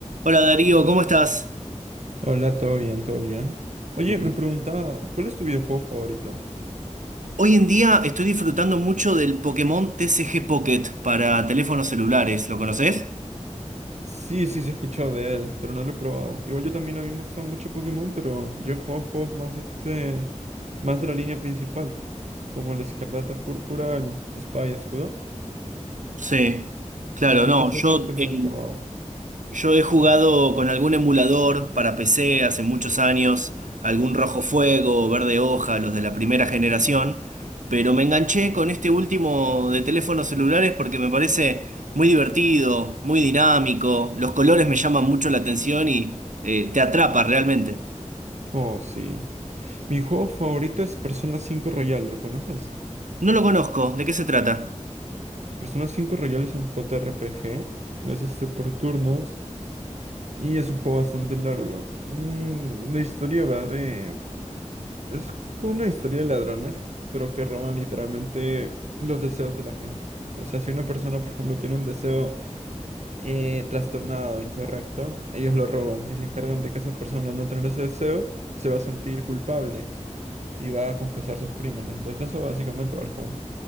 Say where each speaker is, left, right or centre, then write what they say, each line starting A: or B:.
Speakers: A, on the right (about 85°); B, on the right (about 65°).
A: Hola Darío, ¿cómo estás?
B: Hola, todo bien, todo bien. Oye,
A: Bueno.
B: me preguntaba, ¿cuál es tu videojuego favorito?
A: Hoy en día estoy disfrutando mucho del Pokémon TCG Pocket para teléfonos celulares. ¿Lo conoces?
B: Sí, sí, sí he escuchado de él, pero no lo he probado. Igual yo también a mí me gusta mucho Pokémon, pero yo he jugado juegos más este, más de la línea principal, como el Escarlata Púrpura, el Espada y Escudo.
A: Sí, claro,
B: El DGC
A: no. Yo,
B: Pokémon
A: en-
B: no lo he probado.
A: yo he jugado con algún emulador para PC hace muchos años, algún Rojo Fuego, Verde Hoja, los de la primera generación, pero me enganché con este último de teléfonos celulares porque me parece muy divertido, muy dinámico, los colores me llaman mucho la atención y eh, te atrapa realmente.
B: Oh, sí. Mi juego favorito es Persona cinco Royal, ¿lo conoces?
A: No lo conozco, ¿de qué se trata?
B: Persona cinco Royal es un JRPG, es este por turnos. Y es un juego bastante largo. Mm, la historia va de... Es como una historia de ladrones, pero que roban literalmente los deseos de la gente. O sea, si una persona, por ejemplo, tiene un deseo eh, trastornado, incorrecto, ellos lo roban y se encargan de que esa persona al no tener ese deseo se va a sentir culpable y va a confesar sus crímenes. Entonces, de eso básicamente va el juego.